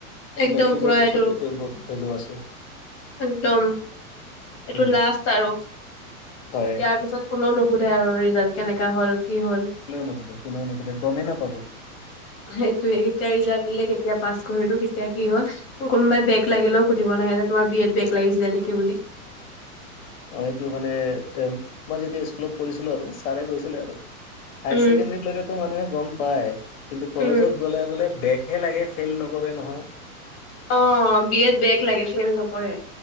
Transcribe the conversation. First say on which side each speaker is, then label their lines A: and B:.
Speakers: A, on the left; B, on the left.
A: একদম
B: মেট্ৰিকৰ
A: পুৰা
B: পিছত
A: এইটো
B: এইটোৱে বহুত ভেলু আছে।
A: একদম এইটো
B: উম
A: লাষ্ট াৰু,
B: হয়
A: ইয়াৰ পিছত কোনেও নুসুধে আৰু ৰিজাল্ট কেনেকা হ'ল, কি হ'ল।
B: কোনেও নুসেধে, কোনেও নুসুধে গমেই নাপাব।
A: সেইটোয়ে কেতিয়া ৰিজাল্ট দিলে, কেতিয়া পাছ কৰিলো কে কেতিয়া কি হ'ল, কোনোবাই বেক লাগিলেও সুধিব নাহে, যে তুমাৰ বিএ ত বেক লাগিছিলে নেকি বুলি।
B: অ', এইটো মানে এ মই যেতিয়া স্কুলত পঢ়িছিলো আৰু। ছাৰে গৈছিলে আৰু, হায়ছেকেণ্ডৰীলৈতো
A: উম
B: মানুহে গম পায়, কিন্তু কলেজত
A: উম
B: গ'লে বোলে বেকহে লাগে, ফেইল নকৰে নহয়।
A: অ', বিএত বেক লাগে, ফেইল নকৰে।